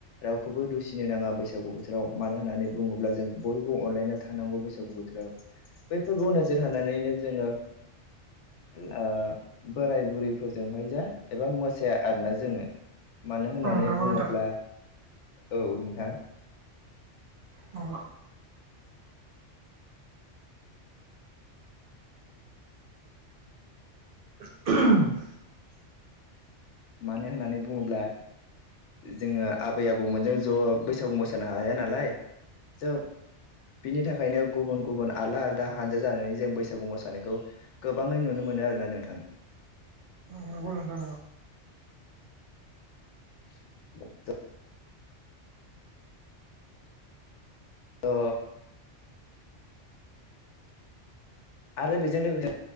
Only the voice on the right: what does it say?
ओं नंगौ
नोंथां
ना <unintelligible>
नंगौ उम नंगौ नोंथां